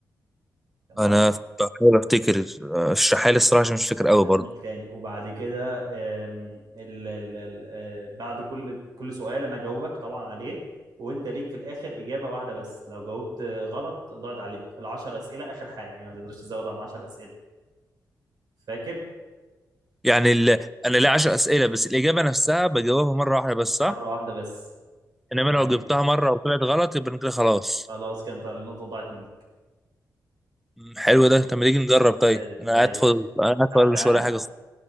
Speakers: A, on the right (about 65°); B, in the centre.
A: تمام
B: انا بحاول افتكر آه، اشرحها لي الصراحه عشان مش فاكر
A: هكمل
B: قوي برضه
A: تاني وبعد كده آم، ال ال ال آه، بعد كل كل سؤال انا جاوبك طبعا عليه وانت ليك في الاخر اجابه واحده بس لو جاوبت غلط ضاعت عليك العشر اسئله اخر حاجه يعني ما تقدرش تزود عن 10 اسئله فاكر
B: يعني ال... انا ليا 10 اسئله بس الاجابه نفسها بجاوبها مره واحده بس صح
A: مره واحده بس
B: انما
A: يعني
B: لو جبتها مره وطلعت غلط يبقى أنا كده خلاص
A: خلاص كانت النقطه ضاعت منك
B: أمم، حلو ده طب ما تيجي نجرب طيب
A: حلو
B: انا
A: ماشي
B: قاعد فاضي انا قاعد
A: هبدا
B: فاضي مش
A: انا
B: ورايا حاجه خالص.